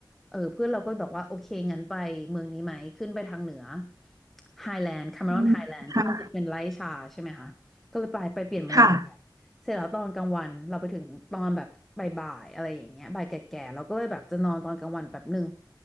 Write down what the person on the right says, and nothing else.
อืมค่ะค่ะ